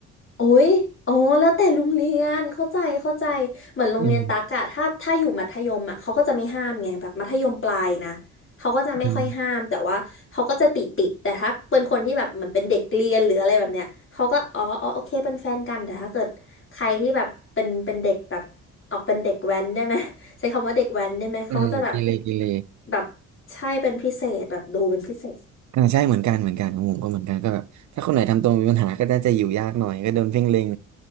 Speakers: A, on the left; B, on the right.
A: โอ้ยอ๋อแล้วแต่โรงเรียน เข้าใจเข้าใจเหมือนโรงเรียนตักอะถ้าถ้าอยู่มัธยมอะเขาก็จะไม่ห้ามไงแบบมัธยมปลายนะเขาก็จะไม่ค่อยห้ามแต่ว่าเขาก็จะติดติด
B: อืมอืม
A: แต่ถ้าเป็นคนที่แบบเหมือนเป็นเด็กเรียนหรืออะไรแบบเนี้ยเขาก็อ๋ออ๋อโอเคเป็นแฟนกันแต่ถ้าเกิดใครที่แบบเป็นเป็นเด็กแบบออกเป็นเด็กแว้นได้ไหมใช้คำว่าเด็กแว้นได้ไหมเขาจะแบบ
B: อืมกิเลกิเล
A: แบบใช่เป็นพิเศษแบบดูเป็นพิเศษ
B: อ่าใช่เหมือนกันเหมือนกันของผมก็เหมือนกันก็แบบถ้าคนไหนทำตัวมีปัญหาก็น่าจะอยู่ยากหน่อยก็โดนเพ่งเล็ง